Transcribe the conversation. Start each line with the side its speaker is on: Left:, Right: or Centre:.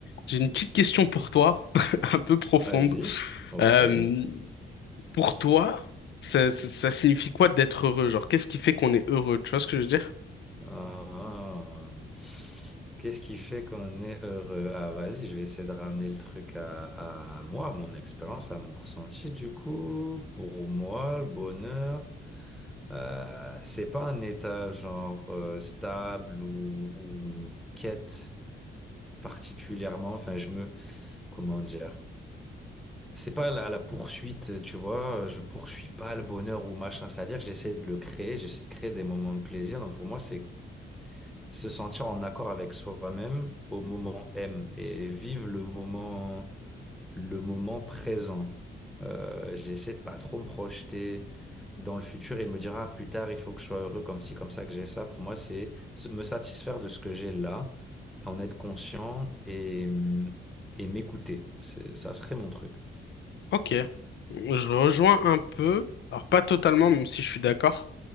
Left: J'ai une petite question pour toi, <laughs> un peu profonde.
Centre: Vas-y. Ok.
Left: Euh, pour toi, ça, ça- ça signifie quoi d'être heureux? Genre, qu'est-ce qui fait qu'on est heureux? Tu vois ce que je veux dire?
Centre: Ah. Qu'est-ce qui fait qu'on est heureux? Ah, vas-y, je vais essayer de ramener le truc à, à- à moi, à mon expérience, à mon ressenti. Du coup, pour moi, le bonheur, euh, c'est pas un état genre euh, stable ou, ou une quête particulièrement. Enfin, je me, comment dire? C'est pas à la, à la poursuite, tu vois. Je poursuis pas le bonheur ou machin. C'est-à-dire que j'essaie de le créer, j'essaie de créer des moments de plaisir. Donc pour moi, c'est se sentir en accord avec soi-même au moment M et vivre le moment, le moment présent. Euh, j'essaie de pas trop me projeter dans le futur et de me dire, ah, plus tard, il faut que je sois heureux comme ci, comme ça, que j'ai ça. Pour moi, c'est se- me satisfaire de ce que j'ai là, en être conscient et, et m'écouter. C'est- Ça serait mon truc.
Left: Ok. Je rejoins un peu, alors pas totalement, même si je suis d'accord,